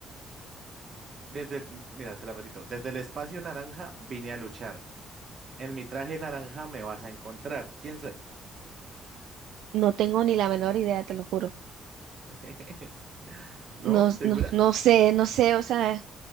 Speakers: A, on the right; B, on the right.
A: Desde el... m- Mira, te la repito. Desde el espacio naranja vine a luchar. En mi traje naranja me vas a encontrar. ¿Quién soy?
B: No tengo ni la menor idea, te lo juro.
A: <laughs> ¿No?
B: No,
A: ¿Segura?
B: no, no sé, no sé, o sea,